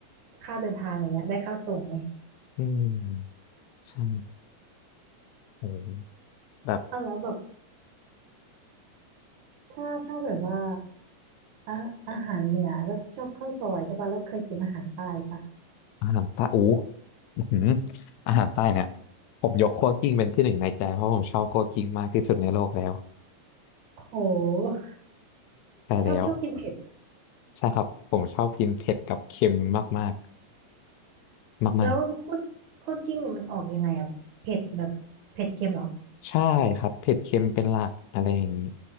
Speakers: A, on the right (about 80°); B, on the left (about 80°).
A: ค่าเดินทางอย่างเงี้ยได้ค่าส่งไง
B: อืมใช่โอ้แบบ
A: เอาแล้วแบบถ้าถ้าแบบว่าอะอาหารเหนือก็ชอบข้าวซอยใช่ปะแล้วเคยกินอาหารใต้ปะ
B: อาหารใต้อู้อื้อหืออาหารใต้เนี่ยผมยกคั่วกลิ้งเป็นที่หนึ่งในใจเพราะผมชอบคั่วกลิ้งมากที่สุดในโลกแล้ว
A: โห
B: ใช่แล้ว
A: ชอบชอบกินเผ็ด
B: ใช่ครับผมชอบกินเผ็ดกับเค็มมากมากมากมาก
A: แล้วคั่วคั่วกลิ้งเนี่ยมันออกยังไงอะเผ็ดแบบเผ็ดเค็มเหรอ
B: ๆใช่ครับเผ็ดเค็มเป็นหลักอะไรอย่างนี้